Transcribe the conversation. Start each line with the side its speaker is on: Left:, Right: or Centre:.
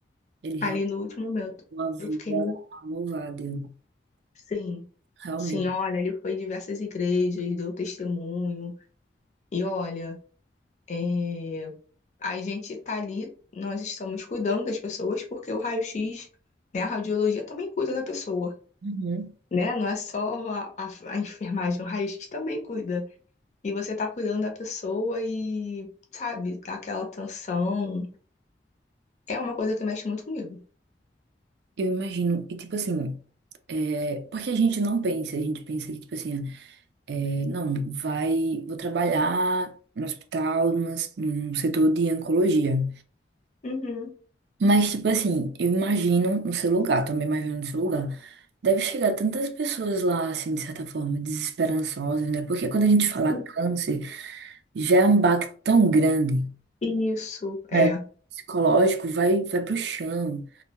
Right: Ele realmente
Left: Ali no último momento,
Right: deu a vida
Left: eu fiquei meio
Right: a Deus.
Left: Sim,
Right: Realmente.
Left: sim, olha, ele foi em diversas igrejas, deu testemunho, e olha, é, A gente tá ali, nós estamos cuidando das pessoas porque o raio-x, né, a radiologia também cuida da pessoa,
Right: Uhum.
Left: né? Não é só a, a, a enfermagem, o raio-x também cuida. E você tá cuidando da pessoa e, sabe, tá aquela atenção. É uma coisa que mexe muito comigo.
Right: Eu imagino, e tipo assim, é, porque a gente não pensa, a gente pensa que, tipo assim, é, não, vai, vou trabalhar no hospital, numa- num setor de oncologia.
Left: Uhum,
Right: Mas, tipo assim, eu imagino no seu lugar, também imagino no seu lugar. Deve chegar tantas pessoas lá, assim, de certa forma, desesperançosas, né? Porque quando a gente fala
Left: sim.
Right: câncer, já é um baque tão grande,
Left: Isso, é,
Right: né? Psicológico vai, vai pro chão.